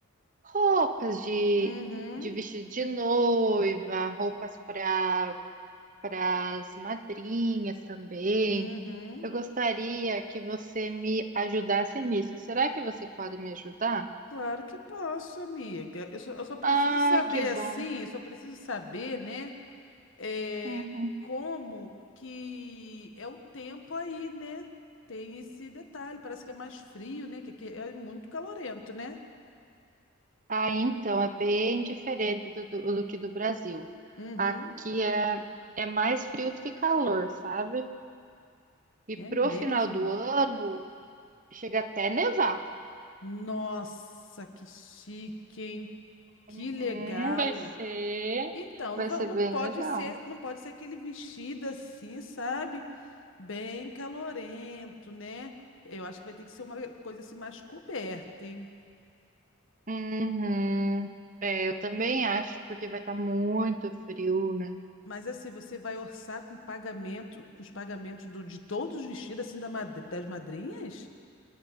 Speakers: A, on the right; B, on the left.
A: roupas de,
B: Uhum,
A: de vestido de noiva, roupas para para as madrinhas também.
B: uhum.
A: Eu gostaria que você me ajudasse nisso. Será que você pode me ajudar?
B: Claro que posso, amiga. Eu só, eu só preciso
A: Ah,
B: saber
A: que bom.
B: assim, eu só preciso saber, né? É,
A: Uhum.
B: como que é o tempo aí, né? Tem esse detalhe, parece que é mais frio, né? Que aqui é muito calorento, né?
A: Ah, então é bem diferente do, do, do que do Brasil.
B: Uhum,
A: Aqui é, é mais frio do que calor, sabe? E
B: é
A: pro
B: mesmo?
A: final do ano chega até a nevar.
B: Nossa, que chique, hein? Que
A: Uhum,
B: legal.
A: vai ser,
B: Então,
A: vai
B: não, va-
A: ser
B: não
A: bem
B: pode
A: legal.
B: ser, não pode ser aquele vestido assim, sabe? Bem calorento, né? Eu acho que vai ter que ser uma coisa assim mais coberta, hein?
A: Uhum. É, eu também acho, porque vai estar muito frio, né?
B: Mas assim, você vai orçar com pagamento, com os pagamentos do, de todos os vestidos assim da madri- das madrinhas?